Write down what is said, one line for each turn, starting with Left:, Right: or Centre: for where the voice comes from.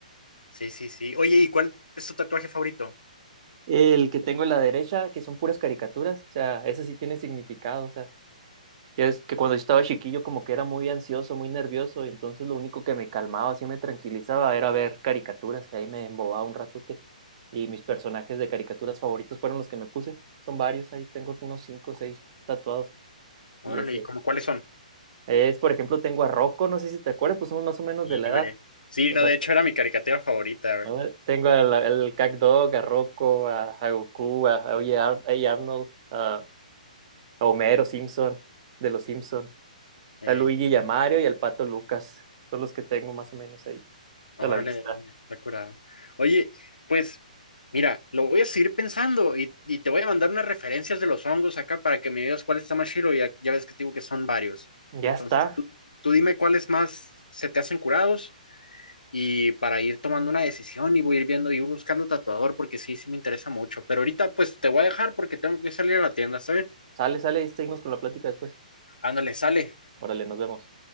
Left: Sí, sí, sí. Oye, ¿y cuál es tu tatuaje favorito?
Right: El que tengo en la derecha, que son puras caricaturas, o sea, eso sí tiene significado, o sea. Ya es que cuando estaba chiquillo como que era muy ansioso, muy nervioso, y entonces lo único que me calmaba, así me tranquilizaba, era ver caricaturas, y ahí me embobaba un ratote. Y mis personajes de caricaturas favoritos fueron los que me puse. Son varios, ahí tengo unos cinco o seis tatuados.
Left: Órale,
Right: Y ese
Left: ¿y cómo
Right: es.
Left: cuáles son?
Right: Es, por ejemplo, tengo a Rocco, no sé si te acuerdas, pues somos más o menos
Left: Y,
Right: de la edad.
Left: güey, Sí,
Right: de
Left: no,
Right: la-
Left: de hecho era mi caricatura favorita, güey.
Right: ¿no? Tengo al, al CatDog, a Rocco, a, a Goku, a, a Oye Ar- a Arnold, a a Homero Simpson, de los Simpson.
Left: Ey,
Right: a Luigi y a Mario y al Pato Lucas. Son los que tengo más o menos ahí
Left: órale,
Right: a la vista.
Left: órale, está curado. Oye, pues, mira, lo voy a seguir pensando y, y te voy a mandar unas referencias de los hongos acá para que me digas cuál está más chido. Ya, ya ves que te digo que son varios.
Right: Ya
Left: Entonces,
Right: está.
Left: tú, tú dime cuáles más se te hacen curados y para ir tomando una decisión y voy a ir viendo, y ir buscando tatuador porque sí, sí me interesa mucho. Pero ahorita, pues, te voy a dejar porque tengo que salir a la tienda, ¿está bien?
Right: Sale, sale y seguimos con la plática después.
Left: Ándale, sale.
Right: Órale, nos vemos.